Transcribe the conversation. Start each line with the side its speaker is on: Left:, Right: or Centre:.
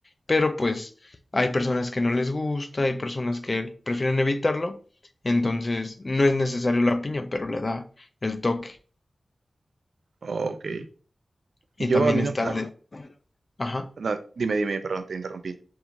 Left: pero pues hay personas que no les gusta, hay personas que prefieren evitarlo, entonces no es necesario la piña, pero le da el toque.
Right: Ok.
Left: Y
Right: Yo
Left: también
Right: a mí
Left: está
Right: no... a-
Left: el de, ajá,
Right: no, dime, dime, perdón, te interrumpí.